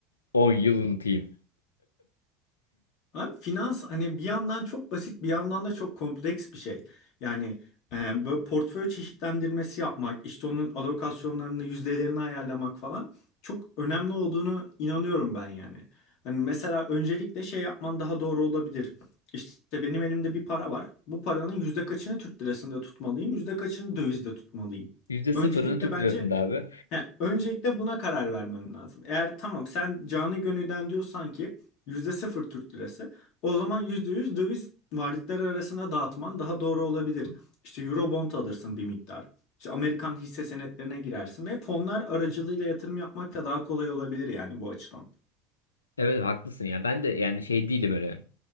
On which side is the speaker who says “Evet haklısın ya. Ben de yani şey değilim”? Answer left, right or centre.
Left